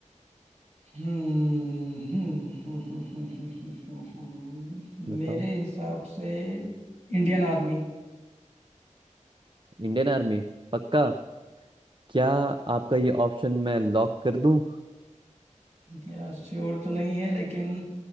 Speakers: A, on the right; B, on the right.
A: हम्म हम्म, हम्म, हम्म, हम्म, हम्म, हम्म, हम्म। हम्म। हम्म,
B: बताओ
A: मेरे हिसाब से इंडियन आर्मी
B: Indian Army पक्का क्या आपका ये ऑप्शन मैं लॉक कर दूं
A: यार श्योर तो नहीं है लेकिन